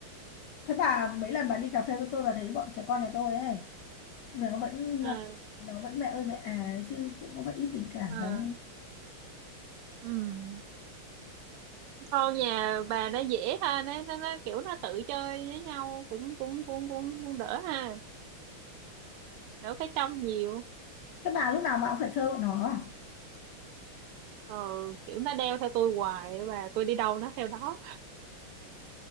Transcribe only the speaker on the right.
ờ
ờ
ừm. thôi nhà bà nó dễ ha nó, nó nó kiểu nó tự chơi với nhau cũng cũng cũng cũng, cũng đỡ ha đỡ phải trông nhiều
ờ kiểu nó đeo theo tôi hoài và tôi đi đâu nó theo đó